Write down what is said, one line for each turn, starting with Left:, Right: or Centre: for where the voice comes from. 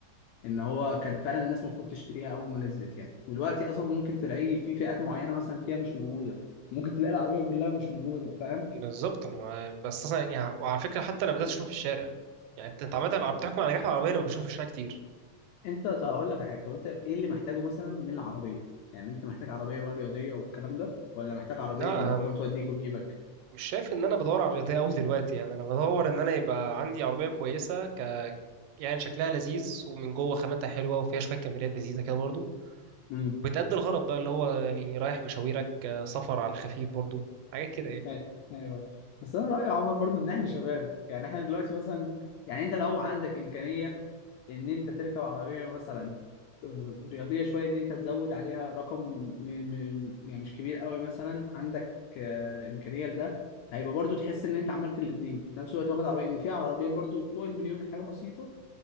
Left: ان هو كان فعلا الناس المفروض تشتريها اول ما نزلت يعني دلوقتي اصلا ممكن تلاقي في فئات معينه مثلا فيها مش موجوده ممكن تلاقي العربيه كلها مش موجوده فاهم
Right: بالظبط ما- بس اصلا يعني وعلى فكره حتى انا بدات اشوفها في الشارع يعني انت انت عامه لو بتحكم على نجاح العربيه لما بشوفها في الشارع كتير
Left: انت طب هقول لك على حاجه طب انت ايه اللي محتاجه مثلا من العربيه يعني انت محتاج عربيه بقى رياضيه والكلام ده ولا محتاج عربيه
Right: لا
Left: اللي هو
Right: أم-
Left: توديك وتجيبك
Right: مش شايف ان انا بدور على الرياضيه قوي دلوقتي يعني انا بدور ان انا يبقى عندي عربيه كويسه ك يعني شكلها لذيذ ومن جوه خاماتها حلوه وفيها شويه كماليات لذيذه كده برضو
Left: امم
Right: بتأدي الغرض بقى اللي هو يعني رايح مشاويرك آه، سفر على خفيف برضو حاجات كده يعني.
Left: أي- ايوه بس انا رايي يا عمر برضو ان احنا شباب يعني احنا دلوقتي مثلا يعني انت لو عندك امكانيه ان انت تركب عربيه مثلا آه، رياضيه شويه ان انت تزود عليها رقم م... م... يعني مش كبير قوي مثلا عندك آه، امكانيه لده هيبقى برضو تحس ان انت عملت الاثنين في نفس الوقت واخد عربيه ان في عربيات برضو فوق المليون حاجه بسيطه